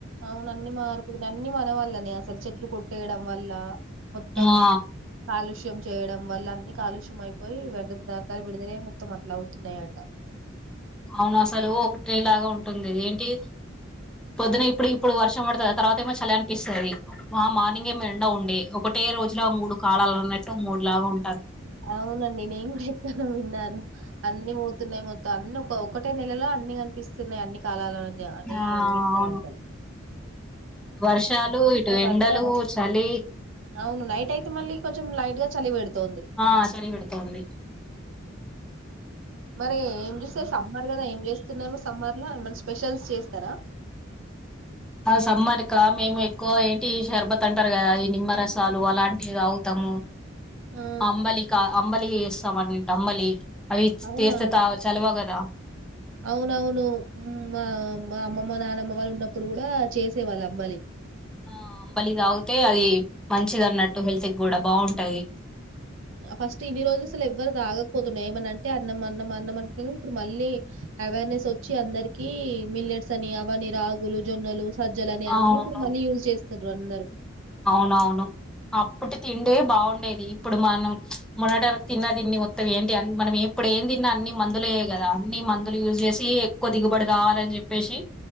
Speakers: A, on the right (about 75°); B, in the centre.
A: అవును అన్ని మారిపోయి అన్ని మన వల్లనే అసలు చెట్లు కొట్టేయడం వల్ల మొత్తం
B: ఆ
A: కాలుష్యం చేయడం వల్ల అన్ని కాలుష్యం అయిపోయి వ్యర్థ పదార్థాలు విడుదలై మొత్తం అట్లా అవుతున్నాయంట
B: అవును అసలు ఒకటే లాగా ఉంటుంది ఏంటి పొద్దున ఇప్పుడు ఇప్పుడు వర్షం పడుతది, తర్వాత ఏమో చలి అనిపిస్తది ఆ మార్నింగ్ ఏమో ఎండ ఉండే ఒకటే రోజులా మూడు కాలాలన్నట్టు మూడు లాగా ఉం
A: అవునండి నేను కూడా ఎక్కను విన్నాను అన్ని పోతున్నాయి మొ అన్ని ఒక ఒకటే నెలలో అన్ని కనిపిస్తున్నాయి అండి అన్ని కాలాలలో
B: ఆ అవును
A: <unintelligible>
B: వర్షాలు ఇటు ఎండలు
A: వర్షం
B: చలి
A: అవును నైట్ అయితే మళ్ళీ కొంచెం లైట్గా చలిపెడు తుంది
B: ఆ చలి పెడుతోంది
A: మరి ఏం చేస్తే సమ్మర్ కదా ఏం చేస్తున్నారు సమ్మర్ లో స్పెషల్స్ చేస్తారా
B: ఓ సమ్మర్ కా మేము ఎక్కువ ఏంటి షర్బత్ అంటారు కదా ఈ నిమ్మరసాలు అలాంటివి తాగుతాము
A: ఆ
B: అంబలిక అంబలి చేసి <unintelligible> అంబలి అవి
A: అవునా
B: చేస్తే తా చలవ కదా
A: అవునవును మ్మ్ ఆ మా అమ్మమ్మ, నానమ్మ వాళ్ళు ఉన్నప్పుడు కూడా చేసేవాళ్ళు అంబాలి
B: ఆ అంబలి తాగితే అది మంచిది అన్నట్టు హెల్త్ కి కూడా బాగుంటది
A: ఫస్ట్ ఇన్ని రోజులు అసలు ఎవ్వరు తాగకపోతుండే ఏమన్నా అంటే అన్నం అన్నం అన్నం అంటూ ఇప్పుడు మళ్ళీ అవేర్నెస్ వచ్చి అందరికి మిల్లెట్స్ అని అవని రాగులు, జొన్నలు సజ్జలు అని అన్ని
B: అవును
A: ఇప్పుడు మళ్ళీ యూజ్ చేస్ అందరు
B: అవునవును అప్పుటి తిండే బాగుండేది ఇప్పుడు మనం మున్నటవరకు తిన్న తిండి మొత్తం ఏంటి మనం ఇప్పుడు ఏం తిన్నా అన్ని మందులుయే గదా అన్ని మందులు యూజ్ చేసి ఎక్కువ దిగుబడి కావాలని చెప్పేసి